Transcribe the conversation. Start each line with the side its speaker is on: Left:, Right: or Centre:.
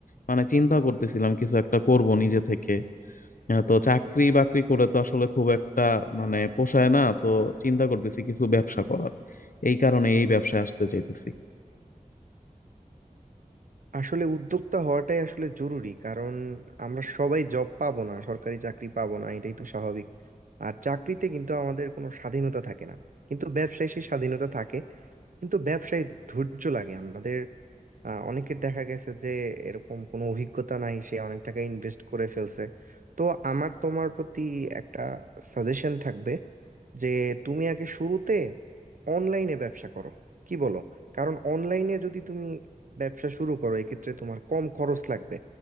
Left: মানে চিন্তা করতেছিলাম কিছু একটা করব নিজে থেকে আহ, তো চাকরি বাকরি করে তো আসলে খুব একটা মানে পোষায় না তো চিন্তা করতেছি কিছু ব্যবসা করার এই কারণে এই ব্যবসায় আসতে চাইতেছি
Right: আসলে উদ্যোক্তা হওয়াটাই আসলে জরুরি কারণ আমরা সবাই জব পাবো না সরকারি চাকরি পাবো না এটাই তো স্বাভাবিক আর চাকরিতে কিন্তু আমাদের কোনো স্বাধীনতা থাকে না কিন্তু ব্যবসায় সেই স্বাধীনতা থাকে কিন্তু ব্যবসায় ধৈর্য লাগে আমাদের আহ, অনেকের দেখা গেছে যে এরকম কোনো অভিজ্ঞতা নাই সে অনেক টাকা ইনভেস্ট করে ফেলছে তো আমার তোমার প্রতি একটা সাজেশন থাকবে যে তুমি আগে শুরুতে অনলাইনে ব্যবসা করো কি বলো কারণ অনলাইনে যদি তুমি ব্যবসা শুরু করো এক্ষেত্রে তোমার কম খরচ লাগবে